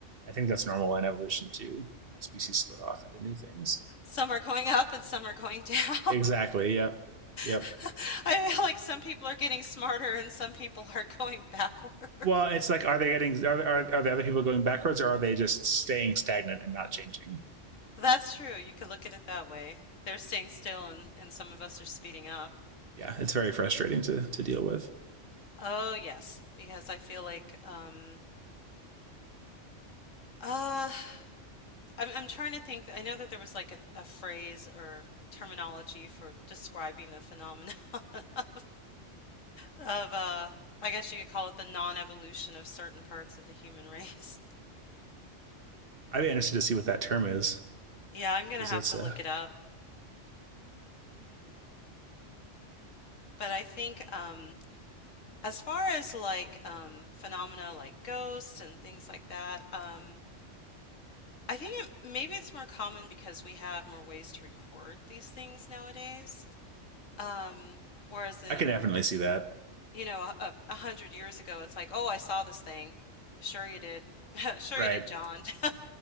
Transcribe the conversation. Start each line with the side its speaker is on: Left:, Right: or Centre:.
Right: I think that's normal in evolution too. Species split off into new things.
Left: Some are going up and some are going <laughs> down.
Right: Exactly. Yep. Yep.
Left: <laughs> I feel like some people are getting smarter and some people are going backward. <laughs>
Right: Well, it's like, are they getting are are, are the other people going backwards, or are they just staying stagnant and not changing?
Left: That's true. You could look at it that way. They're staying still and, and some of us are speeding up.
Right: Yeah, it's very frustrating to to deal with.
Left: Oh, yes, because I feel like um uh I'm I'm trying to think. I know that there was like a, a phrase or terminology for describing the phenomenon <laughs> of uh I guess you could call it the non-evolution of certain parts of the human race. <laughs>
Right: I'd be interested to see what that term is
Left: Yeah, I'm gonna
Right: because
Left: have
Right: that's
Left: to
Right: uh,
Left: look it up. But I think um As far as like um, phenomena like ghosts and things like that, um, I think it, maybe it's more common because we have more ways to record these things nowadays. Um, whereas in,
Right: I can definitely see that,
Left: you know, a, a hundred years ago, it's like, oh, I saw this thing. Sure you did. <laughs> Sure
Right: right?
Left: you did, John. <laughs>